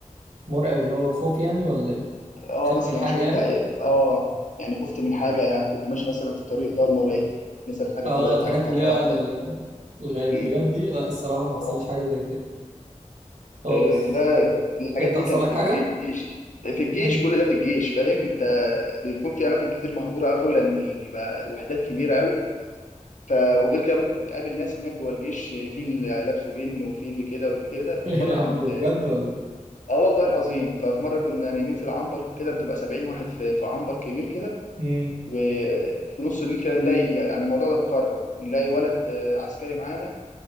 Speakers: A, on the right (about 70°); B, on the left (about 70°).
A: مرعب اللي هو خوف يعني ولا ايه
B: اه
A: خاف
B: مثلا
A: من حاجة
B: شفت
A: يعني
B: اه يعني خفت من حاجه يعني كنت ماشي مثلا في طريق ضلمه ولقيت مثلا حاجه
A: اه
B: طلعت
A: الحاجات
B: عليك مره
A: اللي هي
B: واحده
A: ال- الغيبيات
B: يعني
A: دي لا الصراحة ما
B: آه،
A: حصلش حاجة زي كده خالص
B: آه، لا الحاجات
A: انت
B: دي
A: حصل
B: كانت
A: لك
B: في
A: حاجة
B: الجيش في الجيش
A: ايه
B: كل
A: <laughs>
B: ده في الجيش فاهم انت بيكون في اماكن كتير مهجوره قوي لان بيبقى وحدات كبيره قوي ف وغير كده ممكن بتقابل ناس هناك جوه الجيش في اللي لابسه جن وفي اللي كده واللي كده ففي
A: ايه
B: مره
A: يا عم
B: كنت
A: ده بجد ولا ايه؟
B: اه والله العظيم ففي مره كنا نايمين في العنبر كده بتبقى 70 واحد في في عنبر كبير كده
A: امم
B: وفي نص الليل كده نلاقي يعني الموضوع ده اتكرر نلاقي ولد آه، عسكري معانا